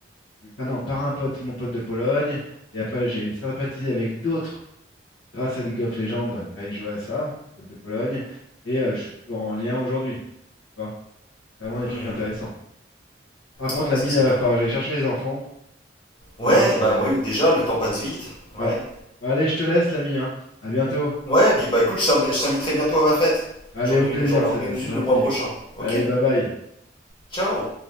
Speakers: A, on the left; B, on the left.
A: Enfin non, par un pote, mon pote de Pologne. Et après, j'ai sympathisé avec d'autres grâce à League of Legends, car ils jouaient à ça, mon pote de Pologne. Et euh, je suis toujours en lien aujourd'hui. Tu vois, vraiment des
B: Hmm.
A: trucs intéressants. Par contre,
B: Ouais,
A: l'ami,
B: ça c'est
A: là, il
B: bien,
A: va falloir
B: ouais.
A: que j'aille chercher les enfants.
B: Ouais,
A: Là, c'est.
B: bah oui, déjà, le temps passe vite. Ouais.
A: Ouais. Bon, allez, je te laisse, l'ami, hein. À bientôt.
B: Ouais, bi- bah écoute, je t'inv- je t'inviterai bientôt à ma fête.
A: Allez,
B: J'en
A: au
B: ai une,
A: plaisir,
B: j'en
A: c'est
B: organise
A: c'est
B: une
A: gentil.
B: le mois prochain. Ok?
A: Allez, bye bye.
B: Ciao!